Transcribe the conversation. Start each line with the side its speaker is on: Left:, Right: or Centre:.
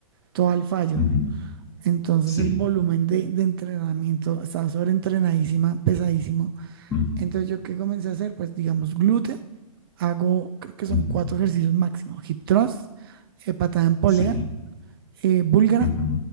Right: todo al fallo.
Left: Ujú.
Right: Entonces
Left: Sí.
Right: el volumen de, de entrenamiento estaba sobreentrenadísima, pesadísimo.
Left: Ujú.
Right: Entonces, ¿yo qué comencé a hacer? Pues, digamos, glúteo. Hago, creo que son
Left: Ujú.
Right: cuatro ejercicios máximo. Hip thrust, eh, patada en polea,
Left: Sí.
Right: eh, búlgara,
Left: Ujú.